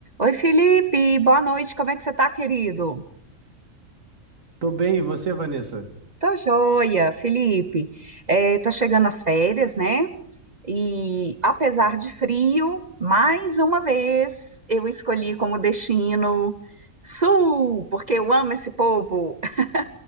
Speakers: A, on the right; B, on the right.
A: Oi, Felipe, boa noite, como é que você tá, querido?
B: Tô bem, e você, Vanessa?
A: Tô joia, Felipe. É, tá chegando as férias, né? E apesar de frio, mais uma vez eu escolhi como destino Sul, porque eu amo esse povo. <laughs>